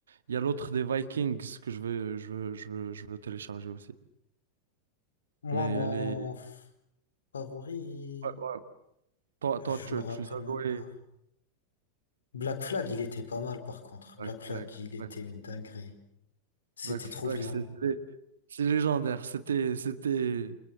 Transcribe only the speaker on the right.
Il y a l'autre des Vikings que je veux, je veux, je veux, je veux télécharger aussi.
Mais
les.
ouais ouais. Toi, toi,
tu,
tu les as
joués.
Black
Flag,
Black,
Black Flag,
c'est c'est- c'est légendaire. C'était, c'était,